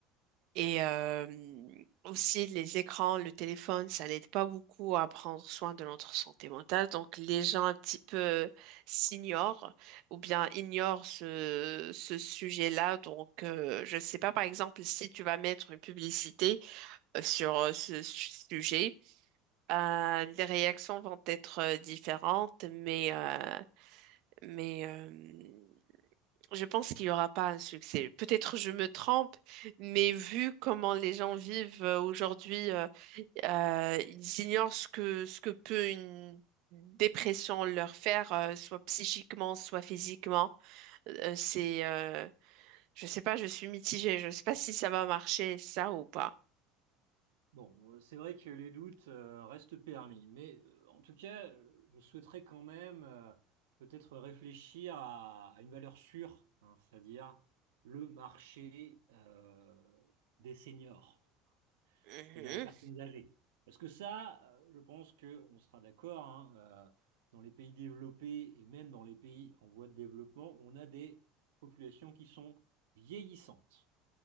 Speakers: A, on the right; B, on the right.
A: Et euh, aussi, les écrans, le téléphone, ça n'aide pas beaucoup à prendre soin de notre santé mentale. Donc, les gens un petit peu s'ignorent ou bien ignorent ce, ce sujet-là. Donc, euh, je ne sais pas, par exemple, si tu vas mettre une publicité euh, sur euh, ce su- sujet, euh, les réactions vont être euh, différentes, mais, euh, mais euh, je pense qu'il n'y aura pas un succès. Peut-être je me trompe, mais vu comment les gens vivent euh, aujourd'hui, euh, euh, ils ignorent ce que, ce que peut une dépression leur faire, euh, soit psychiquement, soit physiquement. Euh, c'est, euh, je sais pas, je suis mitigée. Je sais pas si ça va marcher, ça ou pas.
B: Bon, euh, c'est vrai que les doutes euh, restent permis, mais euh, en tout cas, euh, je souhaiterais quand même euh, peut-être réfléchir à, à une valeur sûre, hein, c'est-à-dire le marché euh, des seniors,
A: Mhm,
B: c'est-à-dire les personnes âgées. Parce que ça, euh, je pense qu'on sera d'accord, hein, euh, dans les pays développés et même dans les pays en voie de développement, on a des populations qui sont vieillissantes.